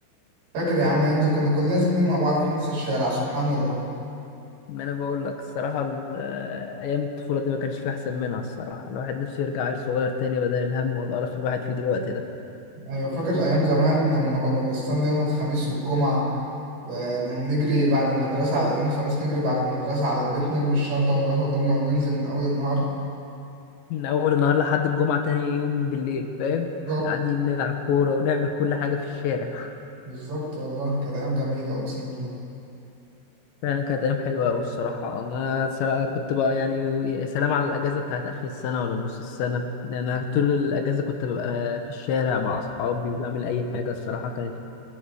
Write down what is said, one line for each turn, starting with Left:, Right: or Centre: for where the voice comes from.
Right: فاكر يا عم ايام زمان كنا كلنا ساكنين مع بعض في نفس الشارع سبحان الله
Left: ما انا بقول لك الصراحه ال- ايام الطفوله دي ما كانش فيها احسن منها الصراحه الواحد نفسه يرجع عيل صغير تاني بدل الهم والقرف اللي الواحد فيه دلوقتي ده
Right: ايوه فاكر ايام زمان لما كنا بنستنى يوم الخميس والجمعة و- نقوم نجري بعد المدرسة يوم الخميس نجري بعد المدرسة على البيت نرمي الشنطة ونغير هدومنا وننزل من أول النهار
Left: من اول النهار لحد الجمعه تاني يوم بالليل فاهم
Right: بالظبط
Left: <laughs> قاعدين نلعب كوره ونعمل كل حاجه في الشارع
Right: بالظبط والله كانت أيام جميلة أقسم
Left: فعلا كانت أيام حلوة أوي الصراحة أنا سلا- كنت بقى يعني يا سلام على الأجازة بتاعت آخر السنة ولا نص السنة أنا طول الأجازة كنت ببقى في الشارع مع أصحابي وبعمل أي حاجة الصراحة كانت